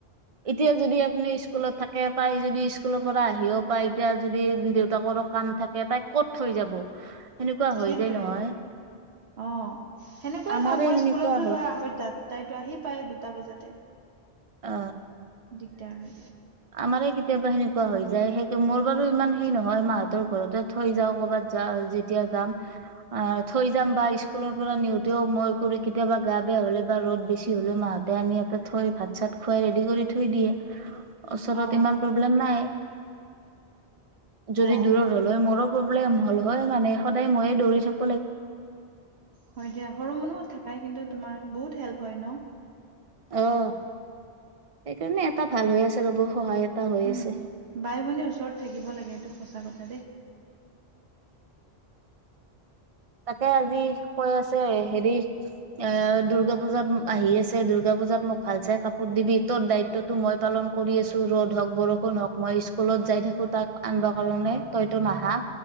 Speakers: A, on the right (about 40°); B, on the right (about 75°).
A: এতিয়া যদি আপুনি স্কুলত থাকে তাই যদি স্কুলৰ পৰা আহিও পায় এতিয়া যদি তাকৰ কাম থাকে তাই ক'ত থৈ যাব? সেনেকুৱা হৈ
B: সেইটোৱে
A: যায় নহয়
B: অ', সেনেকুৱাই
A: আমাৰে
B: হয় মই
A: সেনেকুৱা
B: স্কুলতো ধৰা হয় আঢ়ৈতাত তাইতো আহি পায় দুটা বজাতে
A: অ
B: দিগদাৰ।
A: আমাৰে কেতিয়াবা সেনেকুৱা হৈ যায়, সেই মোৰ বাৰু ইমান সেই নহয় মাহতৰ ঘৰতে থৈ যাও কৰ'বাত। য যেতিয়া যাম অ থৈ যাম বা স্কুলত পৰা নিওঁতেও মই কৰি কেতিয়াবা গা বেয়া হলে বা, ৰদ বেছি হ'লে মাহঁতে আনি এটা থৈ ভাত চাত খুৱাই ৰেডি কৰি থৈ দিয়ে ওচৰত
B: অ
A: ইমান প্ৰব্লেম নাই। যদি
B: অ
A: দূৰত হল হয় মোৰো প্ৰব্লেম হ'ল হয় মানে সদায় ময়ে দৌৰি থাকো।
B: হয় দিয়া সৰু মানুহত থাকাই কিন্তু তোমাৰ বহুত হেল্প হয় ন।
A: অ সেইকাৰণে এটা ভাল হৈ আছে ৰ'ব। সহায় এটা হৈ
B: উম
A: আছে
B: বাই ভনী ওচৰত থাকিব লাগে এইটো সঁচা কথা দেই।
A: তাকে আজি কৈ আছে হেৰি এ দুৰ্গা পুজাত আহি আছে দূৰ্গা পজ পজাত মোক ভাল চাই কাপোৰ দিবি তৰ দায়িত্বতো মই পালন কৰি আছো, ৰ'দ হওক বৰষুণ হওক মই স্কুলত যাই থাকো তাক আনিব কাৰণে তইতো নাহা।